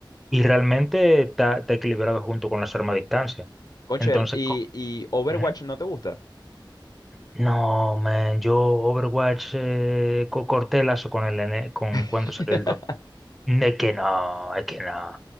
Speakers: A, in the centre; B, on the left.
A: y realmente está, está equilibrado junto con las armas a distancia.
B: Conchel,
A: Entonces,
B: ¿y,
A: co-
B: y Overwatch
A: Ujú.
B: no te gusta?
A: no, man, yo Overwatch eh, co- corté lazo con el N- con
B: <laughs>
A: cuando salió el dos Es que no, es que no.